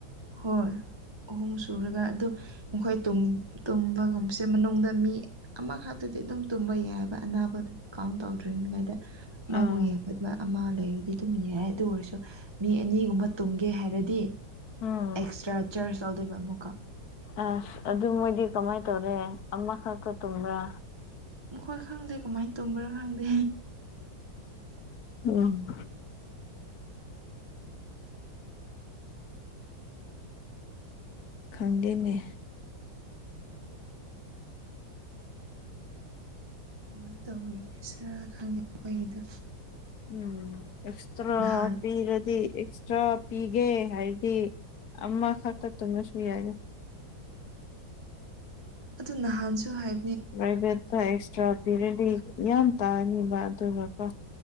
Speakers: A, on the right (about 20°); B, on the left (about 60°).
A: ꯍꯣꯏ ꯑꯍꯨꯝ ꯁꯨꯔꯒ ꯑꯗꯨ ꯃꯈꯣꯏ ꯇꯨꯝ ꯇꯨꯝꯕꯒꯨꯝꯕꯁꯦ ꯃꯅꯨꯡꯗ ꯃꯤ ꯑꯃꯈꯛꯇ ꯍꯥꯏꯗꯤ ꯑꯗꯨꯝ ꯇꯨꯝꯕ ꯌꯥꯏꯌꯦꯕ ꯑꯅꯥꯕ ꯀꯥꯎꯟ ꯇꯧꯗ꯭ꯔꯤꯉꯩꯗ ꯃꯥꯕꯨ
B: ꯑꯥ
A: ꯌꯦꯛꯀꯠꯄ ꯑꯃ ꯂꯩꯔꯗꯤ ꯑꯗꯨꯝ ꯌꯥꯏ ꯑꯗꯨ ꯑꯣꯏꯔꯁꯨ ꯃꯤ ꯑꯅꯤꯒꯨꯝꯕ ꯇꯨꯝꯒꯦ ꯍꯥꯏꯔꯗꯤ
B: ꯎꯝ
A: ꯑꯦꯛꯁꯇ꯭ꯔꯥ ꯆꯥꯔꯖ ꯌꯥꯎꯗꯣꯏꯕ ꯑꯃꯨꯛꯀ
B: ꯑꯁ ꯑꯗꯨ ꯃꯣꯏꯗꯤ ꯀꯃꯥꯏꯅ ꯇꯧꯔꯦ ꯑꯃꯈꯛꯇ ꯇꯨꯝꯕ꯭ꯔꯥ
A: ꯃꯈꯣꯏ ꯈꯪꯗꯦ ꯀꯃꯥꯏꯅ ꯇꯨꯝꯕ꯭ꯔꯥ ꯈꯪꯗꯦ
B: ꯎꯝ ꯈꯪꯗꯦꯅꯦ
A: ꯀꯃꯥꯏꯅ ꯇꯧꯔꯤ ꯁꯔ ꯈꯪꯗꯦ ꯃꯈꯣꯏꯒꯤꯗꯣ
B: ꯎꯝ ꯑꯦꯛꯁꯇ꯭ꯔꯥ
A: ꯅꯍꯥꯟ
B: ꯄꯤꯔꯗꯤ ꯑꯦꯛꯁꯇ꯭ꯔꯥ ꯄꯤꯒꯦ ꯍꯥꯏꯗꯤ ꯑꯃꯈꯛꯇ ꯇꯨꯝꯔꯁꯨ ꯌꯥꯏꯌꯦ
A: ꯑꯗꯨ ꯅꯍꯥꯟꯁꯨ ꯍꯥꯏ
B: ꯄꯔꯥꯏꯠꯕꯦꯠꯇ ꯑꯦꯛꯁꯇ꯭ꯔꯥ ꯄꯤꯔꯗꯤ ꯌꯥꯝ ꯇꯥꯒꯅꯤꯕ ꯑꯗꯨꯒꯀꯣ